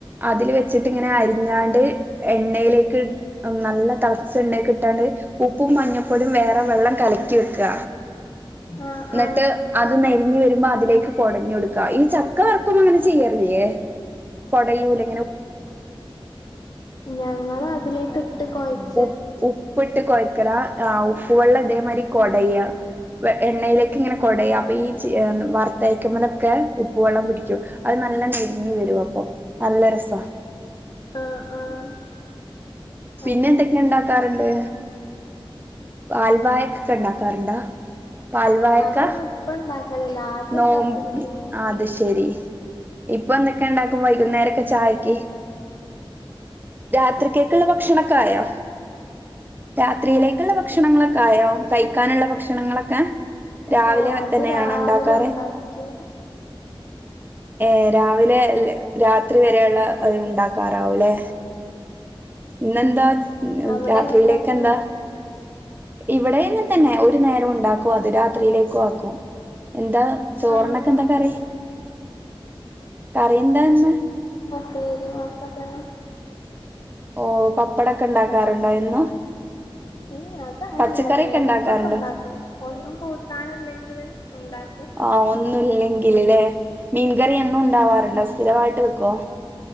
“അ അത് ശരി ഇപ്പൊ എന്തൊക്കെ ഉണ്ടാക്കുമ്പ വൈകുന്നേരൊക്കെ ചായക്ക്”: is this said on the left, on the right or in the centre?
Right